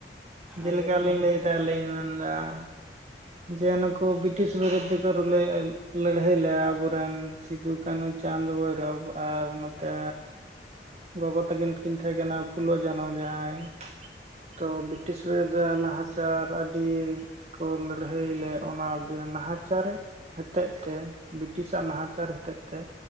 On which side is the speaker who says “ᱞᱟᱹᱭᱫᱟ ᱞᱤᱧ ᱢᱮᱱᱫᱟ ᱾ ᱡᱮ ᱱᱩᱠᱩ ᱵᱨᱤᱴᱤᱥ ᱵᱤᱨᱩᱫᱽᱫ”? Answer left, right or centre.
Right